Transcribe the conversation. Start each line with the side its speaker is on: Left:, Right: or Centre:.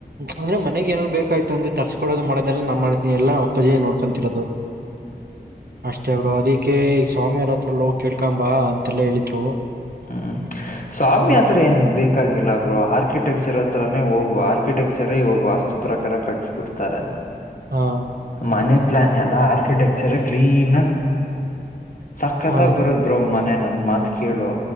Right: ಅಂದ್ರೆ ಮನೆಗೆಏ ಬೇಕಾಯ್ತು ಅಂದ್ರ ತರ್ಸ್ಕೊೋದು ಮಾಡದೆಲ್ಲ ನ ಮಾಡ್ತನ ಎಲ್ಲಾ ಪ್ಪಜ ನೋಡ್ಕೊಿರೋದು ಅಷ್ಟೇ ಬ್ರೋ ಅದಕ್ಕೆ ಈಗ ಸ್ವಾಮಿ ಅವ್ರ ಹತ್ರ ನೋಗ್ ಕೇಳ್ಕೊಂಬ ಅಂತೆಲ್ಲಾ ಹೇಳಿದ್ರು
Left: ಹ್ಮ್ ಸ್ವಾಮಿ
Right: ಅದಕ್ಕೆ
Left: ಆತ್ರ ಏನ್ ಬೇಕಾಗಿಲ್ಲ ಬ್ರೋ ಆರ್ಕಿಟೆಕ್ಚರ್ ಹತ್ರಾನೇ ಹೋಗುವ ಆರ್ಕಿಟೆಕ್ಚರ ಇವಾಗ ವಾಸ್ತು ಪ್ರಕಾರ ಕಟ್ಸಕ ಕೊಡ್ತಾರೆ
Right: ಹಾ
Left: ಮನೆ ಪ್ಲಾನ್ ಎಲ್ಲ ಆರ್ಕಿಟೆಕ್ಚರ್ ಕ್ಲೀನ್ ಸಕ್ಕತ್ತಾಗ
Right: ಹಾ
Left: ಬರುತ್ತ ಬ್ರೋ ಮನೆ ನನ್ ಮಾತ ಕೇಳು